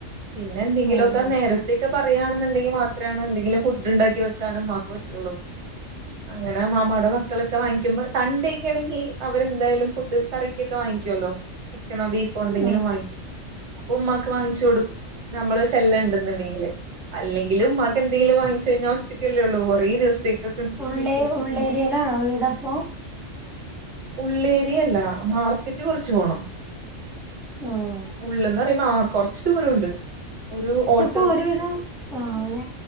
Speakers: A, on the right (about 65°); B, in the centre.
A: പിന്നെ എന്തെങ്കിലുമൊക്കെ
B: ആഹ്
A: നേര ഇ പറയാണെന്നുണ്ടെങ്കിൽ മാത്രാണ് എന്തെങ്കില ഫുഡ് ഉണ്ടാക്കി വെക്കാനും ഉമ്മക്ക് പറ്റുള്ളൂ അങ്ങനെ മാമാടെ മക്കളൊക്കെ വാങ്ങിക്കുമ്പോ സൺഡേക്ക ആണെങ്കിൽ അവരെന്തായാലും ഫുഡ് കറിക്കൊക്കെ വാങ്ങിക്കുവല്ലോ ചിക്കനോ ബീഫ് അപ്പ എന്തെങ്കിലും
B: ആഹ്
A: വാങ്ങിക്കും അപ്പൊ ഉമ്മാക്ക് വാങ്ങിച്ചു കൊടുക്കും നമ്മള് സെൽ ഉണ്ടണ്ടെങ്കിൽ അല്ലെങ്കില ഉമ്മാക്ക് എന്തെങ്കിലും വാങ്ങിച്ച കഴിഞ്ഞാ ഒറ്റക്കല്ലേള്ളൂ കുറേ ദിവസത്തേക്ക്
B: ഉള്ളേ ഉള്ളേരിയയിലാണോ വീടപ്പോ
A: ഉള്ളേരിയല്ല മാർക്കറ്റ് കുറച്ച് പോണം
B: ഉം
A: ഉള്ളന്ന് പറയുമ്പോ ആഹ് കുറച്ച് ദൂരം ഉണ്ട് ഒരു ഉള്ള്
B: അപ്പൊ ഒരുവിധം ആഹ് ഞ